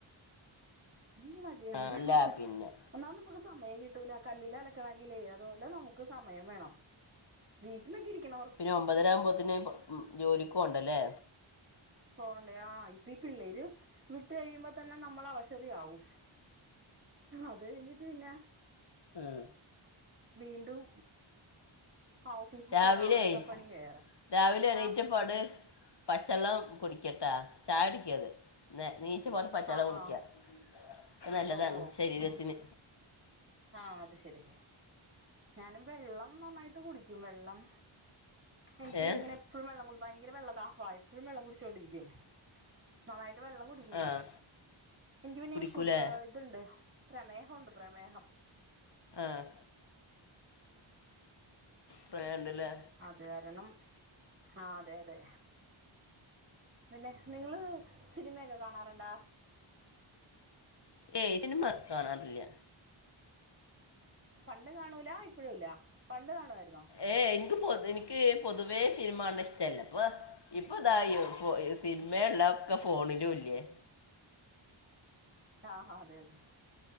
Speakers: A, on the right; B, on the left.
A: <unintelligible>
B: ആഹ് അല്ല പിന്നെ
A: ഒന്നാമത് നമുക്ക് സമയം കിട്ടൂല കല്ലിൽ അലക്കണമെങ്കിലേ അതുപോലെ നമുക്ക് സമയം വേണം വീട്ടിലൊക്കെ ഇരിക്കണ
B: പിന്നെ ഒമ്പതരാമ്പോത്തിന് മ് ജോലിക്കോണ്ടല്ലേ
A: പോണ്ടേ ആഹ് ഇപ്പി ഈ പിള്ളേര് വിട്ട് കയ്യുമ്പതന്നെ നമ്മളവശധിയാവും അത് കഴിഞ്ഞിട്ട് പിന്നെ
B: ഉം
A: വീണ്ടും ഓഫീസിൽ
B: രാവിലെയ്
A: ചെന്ന അവിടുത്തെ പണി വേറെ
B: രാവിലെ എണീറ്റപ്പാട്
A: ആഹ്
B: പച്ചള്ളം കുടിക്യട്ടാ ചായടിക്കര്ത് നീച്ചപാട് പച്ചള്ളം
A: ആഹ്
B: കുടിക്യ
A: ആഹ്
B: അത് നല്ലതാണ്
A: ഓ ഓ
B: ശരീരത്തിന്
A: ആഹ് അത് ശെരി ഞാനും വെള്ളം നന്നായിട്ട് കുടിക്കും വെള്ളം എനിക്ക്
B: ഏഹ്
A: ങ്ങനെ എപ്പഴും വെള്ളം കുടി ഭയങ്കര വെള്ള ദാഹ്യ ആ എപ്പഴും വെള്ളം കുടിച്ചോണ്ടിരിക്യും നന്നായിട്ട് വെള്ളം കുടിക്യൂ
B: ആഹ്
A: ഞാൻ എൻക്ക് പിന്നെ
B: കുടിക്കൂലേ
A: ഷുഗർ ഇത്ണ്ട് പ്രമേഹുണ്ട് പ്രമേഹം
B: ആഹ് പ്രേയണ്ട്ലേ
A: അത് കാരണം ആഹ് അതെ അതെ പിന്നെ നിങ്ങള് സിനിമയൊക്കെ കാണാറ്ണ്ടാ
B: ഏയ് സിനിമ കാണാറില്യ
A: പണ്ട് കാണൂല ഇപ്പഴുല്ല പണ്ട് കാണ്യാര്
B: ഏ എൻക്ക് പൊത് നിക്ക് പൊതുവേ സിനിമ കാൺണ ഇഷ്ടല്ല പോ ഇപ്പൊതാ യ് ഫോ അ് സിൻമേണ്ടാ ഒക്കെ ഫോണിലുല്യേ
A: ആഹ് ഹാ അതെ അതെ